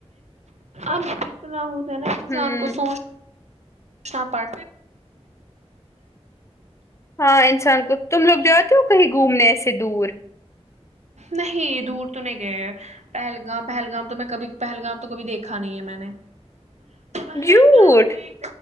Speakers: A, on the right; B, on the left.
A: اتلا ہوتا ہے نا انسان
B: ہوں
A: کو سوچ نہ پڑ
B: ہاں انسان کو تم لوگ جاتے ہو کہیں گھومنے ایسے دور
A: نہیں دور تو نہیں گئے پہلگام پہلگام تو میں کبھی پہلگام تو کبھی دیکھا نہیں ہے میں نے پہلگام
B: جھوٹ
A: میں